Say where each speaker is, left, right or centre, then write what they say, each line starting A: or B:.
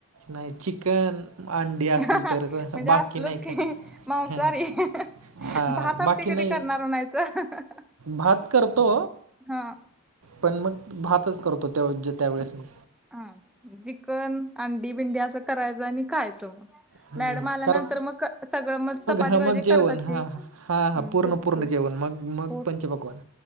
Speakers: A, on the right (about 80°); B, in the centre.
A: नाही चिकन अंडी असेल
B: हा ह
A: तरच
B: म्हणजे
A: बाकी
B: असलच
A: नाही
B: का
A: काय.
B: मांसहारी
A: हां
B: अ हं हं
A: हां
B: हं. भात आमटी
A: बाकी नाही
B: कधी करणार म्हणायचं अ हं हं.
A: भात करतो.
B: हा.
A: पण मग भातच करतो त्याज त्यावेेळेस मग.
B: हा चिकन अंडी बिंडी असं करायच आणि खायचं मग.
A: हम्म,
B: मॅडम आल्यानंतर
A: कारण
B: मग सगळं मग चपाती
A: हां
B: भाजी
A: मग जेवण
B: करताची
A: हां
B: हा
A: हां हां पूर्ण
B: तेच.
A: पूर्ण
B: की
A: जेवण मग मग
B: पोर-
A: पंचपकवान.